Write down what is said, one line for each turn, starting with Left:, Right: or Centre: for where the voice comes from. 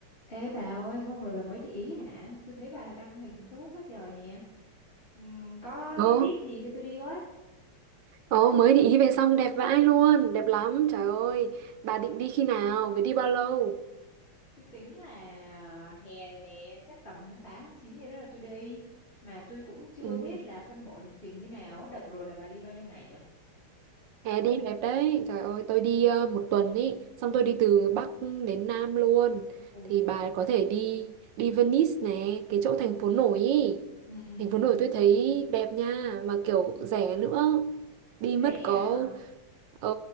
Left: Ê bà ơi, hôm rồi bà mới đi Ý hả? Tôi thấy bà đăng hình Facebook quá trời nè. Ừm, có
Right: Ồ,
Left: cái tip gì cho tôi đi với?
Right: ồ, mới định đi về xong đẹp vãi luôn, đẹp lắm, trời ơi. Bà định đi khi nào, với đi bao lâu?
Left: Tôi tính là à, hè này nè, chắc tầm tháng 8, tháng 9 gì đó là tôi đi. Mà tôi cũng chưa
Right: Ừ,
Left: biết là phân bổ lịch trình như nào á. Đợt rồi là bà đi bao nhiêu ngày vậy?
Right: hè đi đẹp đấy, trời ơi, tôi đi ờ, một tuần ý, xong tôi đi từ Bắc đến Nam luôn.
Left: Ôi
Right: Thì
Left: là trời.
Right: bà có thể đi đi Venice này, cái chỗ
Left: Ừ.
Right: thành phố nổi ý.
Left: Ừ, ừ.
Right: Thành phố nổi tôi thấy đẹp nha, mà kiểu rẻ nữa. Đi
Left: Rẻ
Right: mất có
Left: hả?
Right: Ừ,